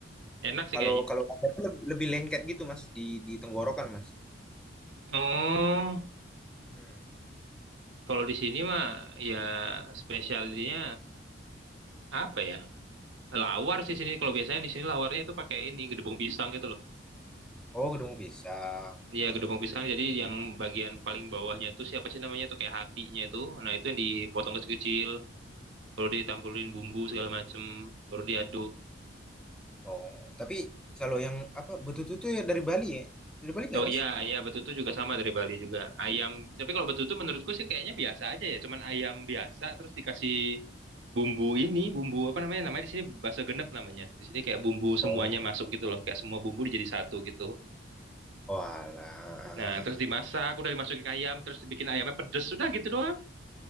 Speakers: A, on the right (about 75°); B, in the centre.
A: Enak sih
B: kalau
A: kayaknya.
B: kalau lada tuh lebih, lebih lengket gitu mas di di tenggorokan mas
A: Oh,
B: Hmm.
A: kalau di sini mah ya spesialnya apa ya? Lawar sih sini. Kalau biasanya di sini lawarnya itu pakai ini gedebong pisang gitu loh.
B: oh kedemu pisang
A: Iya,
B: Ah.
A: gedebong pisang. Jadi yang bagian paling bawahnya itu siapa sih namanya tuh kayak hatinya itu. Nah, itu yang dipotong kecil-kecil, baru ditambulin bumbu segala macem, baru diaduk.
B: oh tapi kalau yang apa betutu tuh ya dari Bali ya dari Bali nggak
A: Oh
B: mas
A: iya, iya betutu juga sama dari Bali juga. Ayam, tapi kalau betutu menurutku sih kayaknya biasa aja ya, cuman ayam biasa terus dikasih bumbu ini, bumbu apa namanya? Namanya di sini bahasa genep namanya. Di sini kayak bumbu semuanya
B: oh
A: masuk gitu loh, kayak semua bumbu jadi satu gitu.
B: Walah,
A: Nah, terus dimasak, udah dimasukin ke ayam, terus dibikin ayamnya pedes, sudah gitu doang.